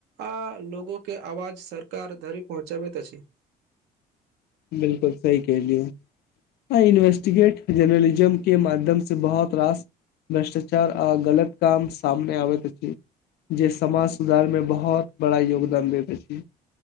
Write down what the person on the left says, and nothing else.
बिलकुल सही कहलियौ इन्वेस्टिगेट जर्नलिज्म के माध्यम से बहुत रास भ्रष्टाचार आ गलत काम सामने आबैत अछि जे समाज सुधारमे बहुत बड़ा योगदान देैत अछि